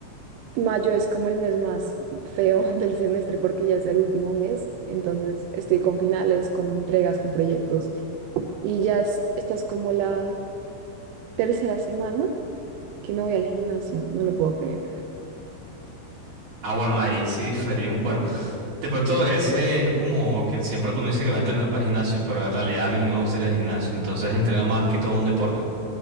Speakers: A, on the right (about 85°); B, on the right (about 50°).
A: Mayo es como el mes más feo <laughs> del semestre porque ya es el último mes, entonces estoy con finales, con entregas, con proyectos y ya es, esta es como la tercera semana que no voy al gimnasio, no lo puedo creer.
B: Ah, bueno, ahí sí diferimos. Bueno, de pronto ese es como que siempre que uno dice que va a entrenar para el gimnasio, pero en realidad a mí no me gusta ir al gimnasio, entonces entreno más que todo un deporte.